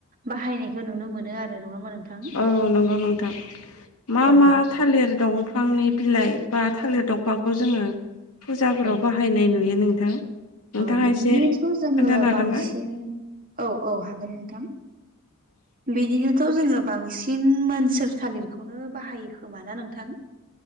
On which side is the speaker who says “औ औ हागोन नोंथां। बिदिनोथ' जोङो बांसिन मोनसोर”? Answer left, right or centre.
Right